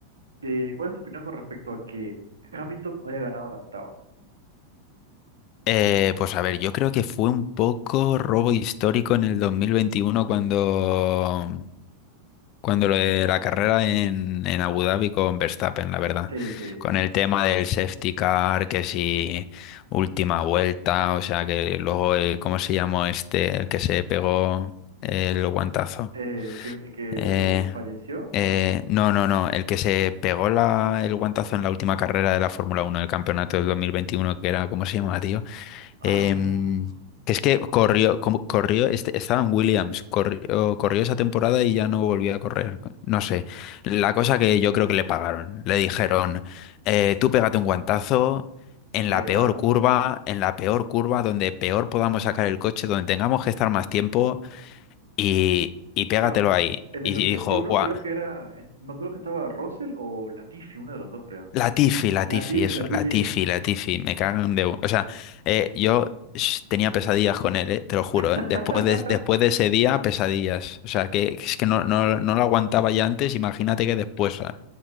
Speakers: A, on the right; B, on the left.
A: eh, ¿cuál es tu opinión con respecto a que Hamilton no haya ganado la octava?
B: Eh, pues a ver, yo creo que fue un poco robo histórico en el 2021 cuando Cuando lo de la carrera en, en Abu Dhabi con Verstappen, la verdad.
A: Sí, sí. Eh,
B: Con el tema del safety car, que si última vuelta, o sea, que luego, el, ¿cómo se llamó este, el que se pegó el guantazo?
A: el que, el que
B: Eh,
A: falleció,
B: eh,
A: ¿no?
B: no, no, no, el que se pegó la, el guantazo en la última carrera de la Fórmula Uno del campeonato del 2021, que era, ¿cómo se llama, tío?
A: Ah,
B: Em, que es que corrió, como corrió, este, estaba en Williams, corrió, corrió esa temporada y ya no volvió a correr. No sé. La cosa que yo creo que le pagaron. Le dijeron, eh, tú pégate un guantazo en
A: ¿Será?
B: la peor curva, en la peor curva, donde peor podamos sacar el coche, donde tengamos que estar más tiempo y, y pégatelo
A: Bueno,
B: ahí.
A: en
B: Y
A: el 2021
B: dijo, Buah.
A: creo que era, eh, me acuerdo que estaba Russell o Latifi, uno de los dos creo.
B: Latifi, Latifi,
A: Latifi,
B: eso,
A: Latifi.
B: Latifi, Latifi, me cagan de... bu- O sea, eh, yo sh- tenía pesadillas con él, eh, te lo juro,
A: <laughs>
B: eh. Después de, después de ese día, pesadillas. O sea, que es que no, no, no lo aguantaba ya antes, imagínate que después ah,